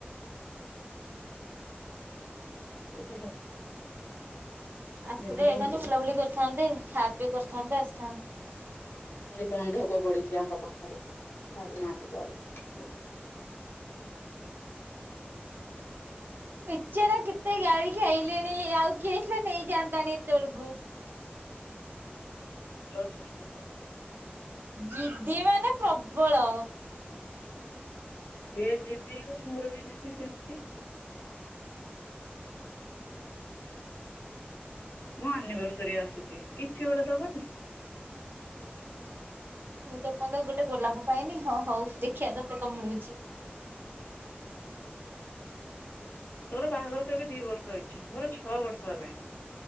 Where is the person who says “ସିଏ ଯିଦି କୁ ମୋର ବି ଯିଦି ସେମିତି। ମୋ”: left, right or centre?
Left